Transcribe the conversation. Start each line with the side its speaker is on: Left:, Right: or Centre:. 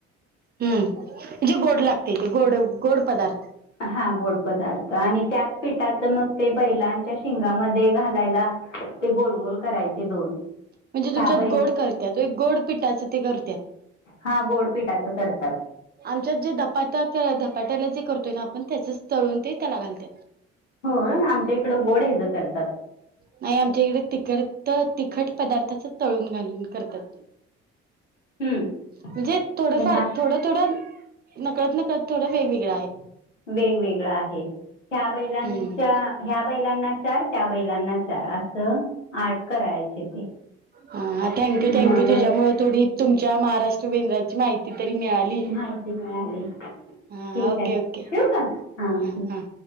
Right: हम्म जे गोड लागते ते गोड गोड पदार्थ
Left: हा गोड पदार्थ आणि त्याच पिठाच मग ते बैलांच्या शेंगामध्ये ते घालायला ते गोल गोल करायचे दोन
Right: म्हणजे तुमच्यात
Left: ह्या बैल
Right: गोड करत्यात एक गोड पिठाच ते करत्यात
Left: हा गोडपिठाच करत्यात
Right: आमच्यात जे धपाट्याला जे धपाटे करतोय ना आपण त्याचच तळून ते त्याला घालत
Left: हो आमच्या इकड गोड हेज करत्यात
Right: नाही आमच्या इकडे तिखट तिखट पदार्थाच तळून घालून करतात
Left: हम्म
Right: म्हणजे थोडंफार
Left: ह्या
Right: थोड थोड नकळत नकळत थोड वेगवेगळ आहे
Left: वेगवेगळा आहे ह्या बैलांच्या
Right: हम्म
Left: ह्या बैलांना चार त्या बैलांना चार असं आठ करायचे ते
Right: हा अ थँक्यू
Left: मग
Right: थँक्यू तुझ्यामुळे थोडी तुमच्या महाराष्ट्र बेद्राची माहिती तरी मिळाली
Left: माहिती मिळाली
Right: हा
Left: ठीक
Right: ओके
Left: आहे
Right: ओके
Left: ठेवू का हां
Right: ह हा